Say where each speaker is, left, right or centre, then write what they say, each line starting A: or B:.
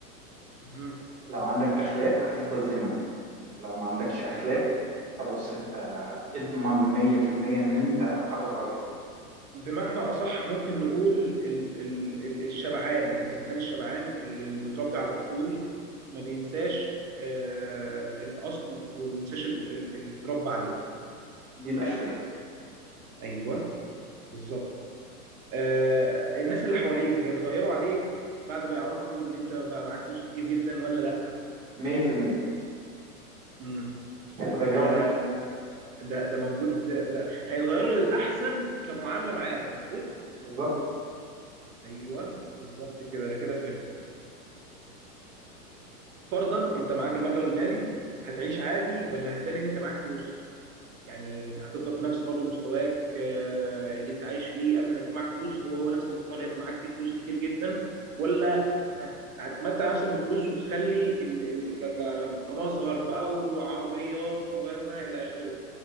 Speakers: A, on the right; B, on the right.
A: مهم.
B: لو عندك اخلاق هتفضل زي ما انت لو ما عندكش اخلاق
A: ايوه
B: خلاص انت اضمن 100% ان انت هتتغير
A: بمعنى اصح ممكن نقول ال ال ال الشبعان الانسان الشبعان اللي متربي على الاصول ما بينساش آه الاصل وما بينساش ال- ال- اللي اتربى عليه
B: <clears throat> دي الاخلاق
A: ايوه بالظبط آه الناس اللي حواليك هيتغيروا عليك بعد ما يعرفوا ان انت بقى معاك فلوس كتير جدا ولا لا
B: 100%
A: امم
B: هيتغيروا
A: ده مو- ده ده موجود ده هيتغيروا للاحسن كمعامله معاك مظبوط
B: بالظبط
A: ايوه بالظبط كده انا كده فهمت فرضا انت معاك المبلغ المالي هتعيش عادي ولا هتبان ان انت معاك فلوس يعني هتفضل في نفس برضه مستواك آه، اللي انت عايش فيه قبل ما يكون معاك فلوس هو هو نفس المستوى اللي هيبقى معاك فيه فلوس كتير جدا ولا هت- هتمتع نفسك بالفلوس وتخلي ال- ال- ك- ك- كمظهر بقى وعربيات و و الى اخره